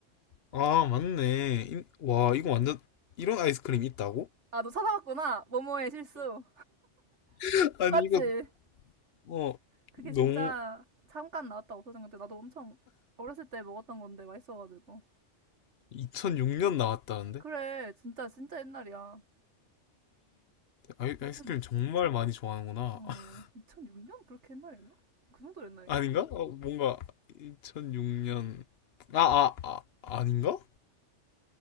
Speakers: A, on the left; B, on the right.
A: 아, 맞네. 인- 와, 이거 완전 이런 아이스크림 있다고?
B: 아, 너 찾아봤구나. 모모의 실수.
A: <laughs> 아니,
B: 맞지?
A: 이거 어
B: 그게
A: 너무
B: 진짜 잠깐 나왔다 없어진 건데, 나도 엄청 어렸을 때 먹었던 건데, 맛있어가지고.
A: 2006년 나왔다는데?
B: 그래, 진짜, 진짜 옛날이야.
A: 아이,
B: 2000,
A: 아이스크림 정말 많이 좋아하는구나.
B: 어,
A: <laughs>
B: 2006년? 그렇게 옛날인가? 그 정도 옛날인가?
A: 아닌가? 어, 뭔가 2006년 아, 아, 아, 아닌가?